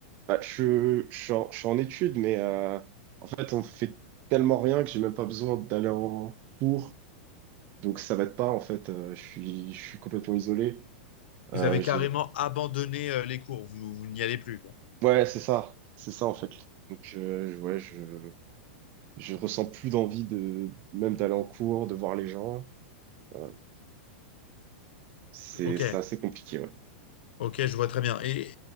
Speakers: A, on the right (about 30°); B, on the left (about 70°).
A: Bah, je, je suis en, je suis en études, mais euh, en fait, on fait tellement rien que j'ai même pas besoin d'aller en cours. Donc ça m'aide pas, en fait. euh, je suis, je suis complètement isolé. Euh,
B: Vous avez
A: j'ai-
B: carrément abandonné euh, les cours, vous, vous n'y allez plus, quoi.
A: ouais, c'est ça. C'est ça, en fait. Donc euh, ouais, je, je ressens plus d'envie de même d'aller en cours, de voir les gens. Euh, c'est,
B: Ok,
A: c'est assez compliqué, ouais.
B: ok, je vois très bien. Et